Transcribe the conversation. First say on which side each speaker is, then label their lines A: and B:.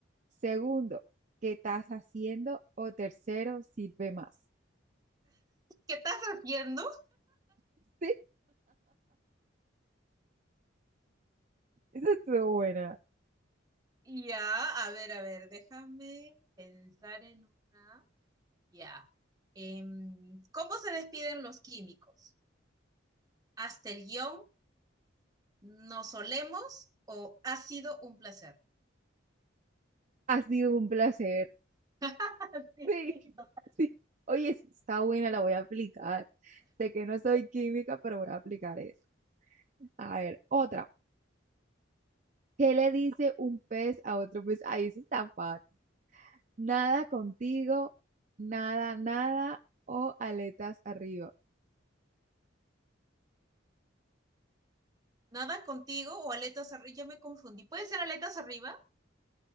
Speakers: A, on the right; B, on the right.
A: Segundo, ¿qué estás haciendo? O tercero, sirve más.
B: ¿qué estás haciendo?
A: <laughs> Sí, esa estuvo buena.
B: Y ya, a ver, a ver, déjame pensar en una. Ya. Em, ¿cómo se despiden los químicos? ¿Hasta el guión? ¿Nos solemos o ha sido un placer?
A: Ha sido un placer.
B: <laughs>
A: Sí, <laughs> sí. Oye, esa está buena, la voy a aplicar. Sé que no soy química, pero voy a aplicar eso. A ver, otra. ¿Qué le dice un pez a otro pez? Ahí sí está fácil. Nada contigo, nada, nada o aletas arriba.
B: ¿Nadan contigo o aletas arriba? Ya me confundí. ¿Puede ser aletas arriba